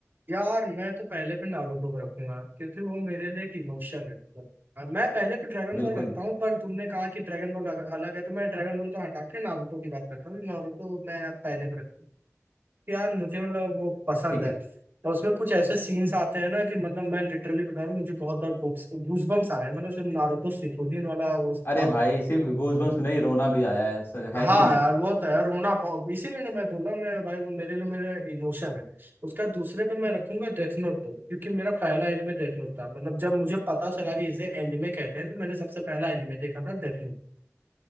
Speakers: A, on the right; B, on the left.
A: यार मैं तो पहले पे नारुतो को रखूंगा क्योंकि वो मेरे लिए एक इमोशन है हाँ, मैं पहले पे ड्रैगन
B: बिल्कुल
A: बॉल रखता हूँ पर तुमने कहा कि ड्रैगन बॉल अलग है तो मैं ड्रैगन बॉल को हटा के नारुतो की बात करता हूँ नारुतो मैं पहले पे रखता हूँ यार मुझे मतलब वो पसंद
B: ठीक
A: है
B: है
A: और उसमें कुछ ऐसे सीन्स आते हैं ना कि मतलब मैं लिटरली बता रहा हूँ मुझे बहुत बार गूस बम्स आए हैं। मतलब जब नारुतो शिपुडिन वाला वो था
B: अरे भाई सिर्फ गूजबम्प्स में नहीं रोना भी आया है स-
A: हाँ
B: है कि नहीं
A: यार वो तो है रोना बहुत इसीलिए ना मैं बोला मैं भाई वो मेरे लिए मेरा इमोशन है उसका दूसरे पे मैं रखूंगा डेथ नोट पे क्योंकि मेरा पहला एनिमे डेथ नोट था मतलब जब मुझे पता चला कि इसे एनिमे कहते हैं तो मैंने सबसे पहला एनिमे देखा था डेथ